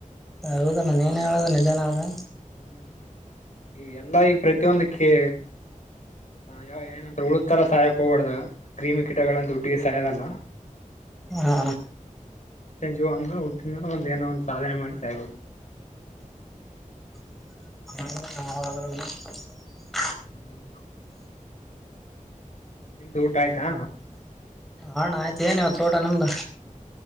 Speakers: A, in the centre; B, on the left.
A: ಹೌದಣ ನೀನ್ ಹೇಳುದು ಜನ ಹ
B: ಹ್ಮ್ ಈ ಎಲ್ಲ ಈಗ ಪ್ರತಿಯೊಂದು ಕೆ ಆಯೋ ಏನಂದ್ರ ಉಳು ತರ ಸಹಾಯ ಕೋವಡ್ದ ಕ್ರಿಮಿ ಕೀಟಗಳಂತ ದುಡ್ಡುಗೆ ಸಾಯದಲ್ಲ
A: ಹಾ
B: ಜು ಅ್ರ <inaudible> ಒಂದ ಏನೋ ಒಂದಂದು ಸಾಧನೆ ಮಾಡಿ ಸಯ್ಬೇಕು
A: ಅ ನ <inaudible>
B: ಹ್ಮ್ <inaudible> ನಿಮ್ದು ಊಟ ಆಯ್ತಾ
A: ಹಣ ಆಯ್ತು ಏನಿವತ್ತು ತೋಟ ನಮ್ದು